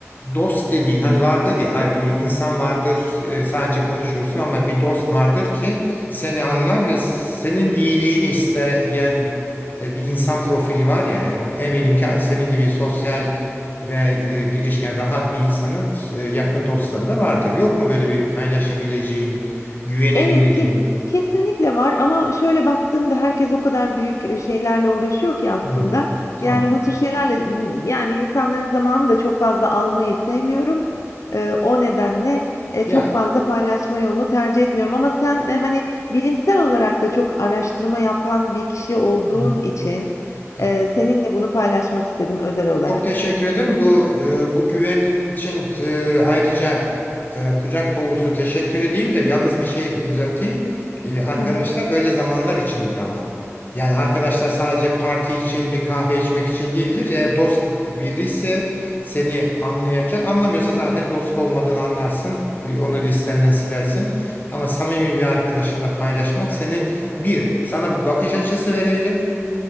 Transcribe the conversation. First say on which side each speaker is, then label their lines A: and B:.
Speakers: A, on the left (about 40°); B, on the left (about 75°).
A: dost dediğin hani vardır ya ay bir insan vardır e, sadece konuşursun ama bir dost vardır ki seni anlar ve senin iyiliğini isteyen e, bir insan profili var ya, ya eminim ki senin gibi sosyal ve e, girişken rahat bir insanın e, yakın dostları da vardır. Yok mu böyle bir paylaşabileceğin, güvenebileceğin?
B: Evet, kes kesinlikle var ama şöyle baktığımda herkes o kadar büyük, eee, şeylerle uğraşıyor ki aslında.
A: Hmm,
B: Yani,
A: anladım.
B: bu tür şeylerle, ımm, yani, insanların zamanını da çok fazla almayı sevmiyorum. Eee, o nedenle, eee,
A: Ya,
B: çok fazla paylaşma yolunu tercih etmiyorum ama sen, eee, hani, bilimsel olarak da çok araştırma yapan bir kişi olduğun
A: hmm,
B: için,
A: ya
B: eee, seninle bunu paylaşmak istedim özel olarak.
A: Çok teşekkür ederim. Bu e, bu güvenin için e, ayrıca e, kucak dolusu teşekkür edeyim de yalnız bir şey düzelteyim. E, arkadaşlar
B: Hı hı.
A: böyle zamanlar içindir ama. Yani arkadaşlar sadece parti için bir kahve içmek için değildir. Eğer dost biri ise seni anlayacak. Anlamıyorsa zaten dost olmadığını anlarsın. E, Onu listenden silersin. Ama samimi bir arkadaşınla paylaşmak senin bir sana bir bakış açısı verebilir.